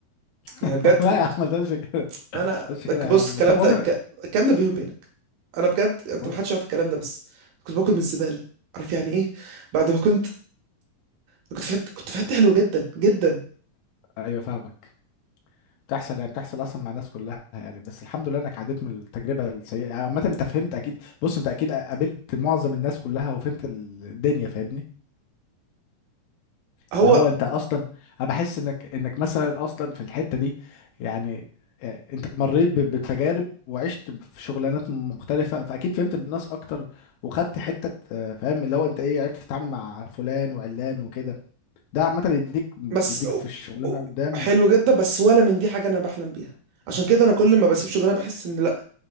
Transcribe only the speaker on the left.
<laughs>
لا
يا عم ما تقولش كده
ما تقولش كده
يا عم
طب
وانا
و-
ايوه فاهمك بتحصل يعني بتحصل اصلا مع الناس كلها يعني بس الحمد لله انك عديت من التجربه السيئه يعني عامه انت فهمت اكيد بص انت اكيد قابلت معظم الناس كلها وفهمت الدنيا فاهمني
اللي هو انت اصلا انا بحس انك انك مثلا اصلا في الحته دي يعني يعني انت مريت ب- بتجارب وعشت في شغلانات مختلفه فاكيد فهمت الناس اكتر وخدت حته آه، فاهم اللي هو انت ايه عرفت تتعامل مع فلان وعلان وكده ده عامه يديك بيديك
في الشغلانه
قدام